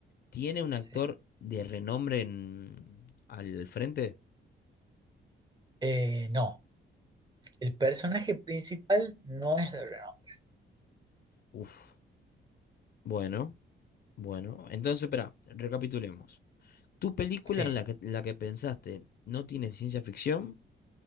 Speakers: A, on the left (about 55°); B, on the right (about 20°).
A: ¿Tiene un actor
B: sí.
A: de renombre en- al frente?
B: Eh, no. El personaje principal no es de renombre.
A: Uf. Bueno, bueno. Entonces, espera, recapitulemos. ¿Tu película
B: Sí,
A: en la que, en la que pensaste no tiene ciencia ficción?